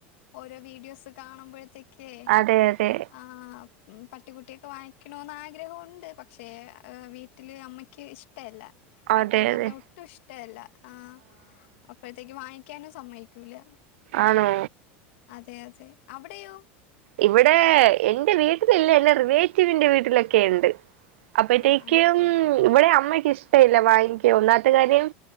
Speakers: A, on the left (about 75°); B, on the right (about 85°).
A: ഓരോ വീഡിയോസ് കാണുമ്പഴത്തേക്ക് ക്കെ
B: അതെ അതെ
A: ആഹ് പട്ടികുട്ടിയൊക്കെ വാങ്ങിക്കണോന്ന് ആഗ്രഹവൊ ണ്ട് പക്ഷേ വീട്ടില് അമ്മയ്ക്ക് ഇഷ്ടല്ല പട്ടീന്ന്
B: അതെ അതെ
A: പറഞ്ഞാ ഒട്ടും ഇഷ്ടല്ല ആഹ് അപ്പഴ്ത്തേക്ക് വാങ്ങിക്കാനും സമ്മയിക്കൂല്ല
B: ആണോ
A: അതെ അതെ അവ്ടെയോ
B: ഇവ്ടേ എന്റെ വീട്ടിലില്ല എന്റെ റിലേറ്റീവിന്റെ വീട്ടിലൊക്കെണ്ട് അപ്പത്തേക്കും
A: ആ ആ
B: ഇവ്ടെ അമ്മയ്ക്ക് ഇഷ്ടവില്ല വാങ്ങിക്ക ഒന്നാത്തെ കാര്യം